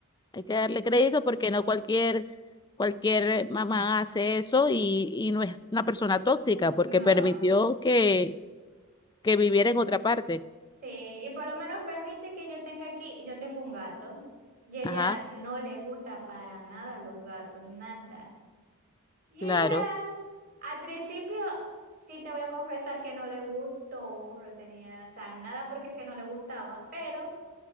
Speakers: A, on the left; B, on the right.
A: Hay que darle crédito porque no cualquier, cualquier mamá hace eso y, y no es una persona tóxica
B: no.
A: porque permitió que, que viviera en otra parte.
B: Sí, y por lo menos permite que yo tenga aquí, yo tengo un gato y ella
A: Ajá,
B: no le gusta para nada los gatos, nada. Y
A: claro.
B: ella, al principio, sí te voy a confesar que no le gustó, no tenía, o sea, nada porque es que no le gustaba, pero...